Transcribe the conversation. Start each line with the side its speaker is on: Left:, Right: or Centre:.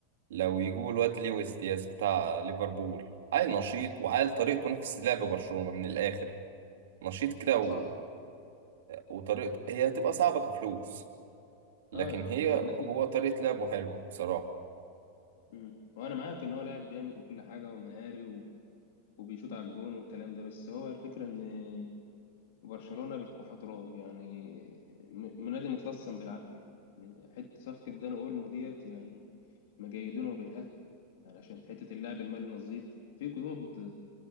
Right: لو يجيبوا الواد لويس دياز بتاع ليفربول عيل نشيط وعيل طريقته نفس لعب برشلونة من الاخر نشيط كده
Left: تبقى
Right: و...
Left: صعبة
Right: وطريقته هي هتبقى صعبة كفلوس لكن
Left: اه يا عم
Right: هي
Left: ده النادي
Right: هو طريقة لعبه حلوة بصراحة
Left: مم. وانا معاك ان هو لاعب جامد وكل حاجه ومهاري وبيشوط على الجون والكلام ده بس هو الفكرة إن برشلونة بتكح تراب يعني م- نادي متلصم بالعافية يعني حتة صفقة داني أولمو ديت يعني مجيدونه بالها يعني عشان حتة اللاعب المالي نظيف في قيود